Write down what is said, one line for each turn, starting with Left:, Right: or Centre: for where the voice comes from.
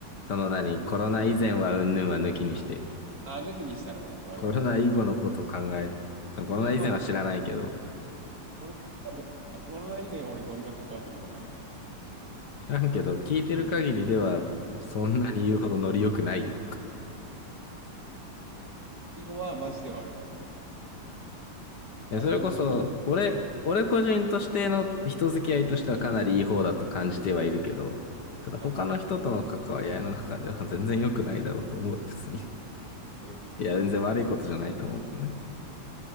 Left: その何、コロナ以前はうんぬんは抜きにして、
Right: あ、抜きにしたらね、悪くなったけど、
Left: コロナ以後のことを考え、そのコロナ以前は知らないけど、
Right: コロナ以後はめっ、コロナ、コロナ以前、俺、飲み会断ったことない。<laughs>
Left: 知らんけど、聞いてる限りでは、
Right: マジで断った。
Left: そんなに言うほどノリ良くないよ。
Right: うん。以後は、マジで悪い。
Left: いやそれこそ、
Right: あ、なんも、い、い、
Left: 俺、俺個人としての人付き合いとしてはかなりいい方だと感じてはいるけど、ただ他の人との関わり合いの中では全然良くないだろうと思うよ、
Right: あ、はい。
Left: 普通に。
Right: うん
Left: いや、全然悪いことじゃないと思うけどね。